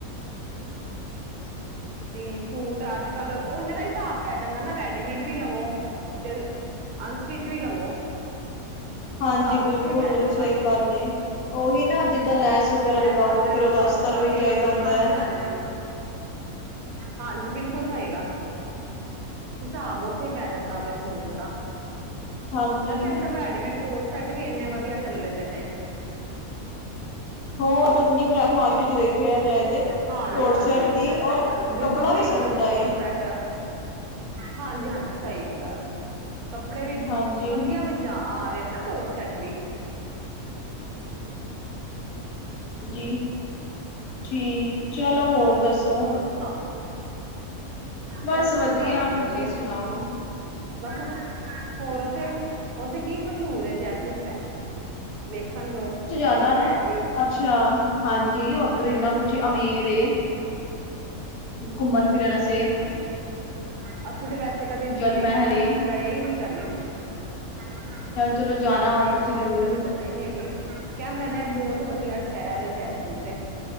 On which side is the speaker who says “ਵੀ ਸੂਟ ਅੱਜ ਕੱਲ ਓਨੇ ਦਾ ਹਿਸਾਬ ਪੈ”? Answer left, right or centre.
Right